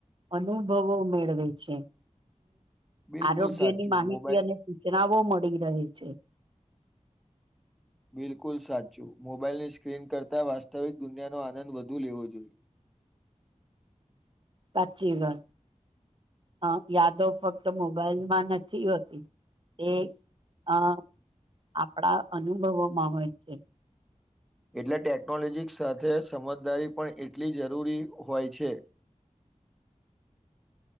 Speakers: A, on the right; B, in the centre.
A: અનુભવો મેળવે છે
B: બિલકુલ
A: આરોગ્ય
B: સાચું
A: ની માહિતી
B: મોબાઈલ
A: અને સૂચના ો મળી રહે છે
B: બિલકુલ સાચું મોબાઈલની સ્ક્રીન કરતાં વાસ્તવિક દુનિયાનો આનંદ વધુ લેવો જોઈએ <inaudible>
A: સાચી વાત અ યાદો ફક્ત મોબાઈલ માં નથી હોતી એ અ આપણા અનુભવોમાં હોય છે
B: એટલે ટેકનોલોજી સાથે સમજદારી પણ એટલી જરૂરી હોય છે <unintelligible>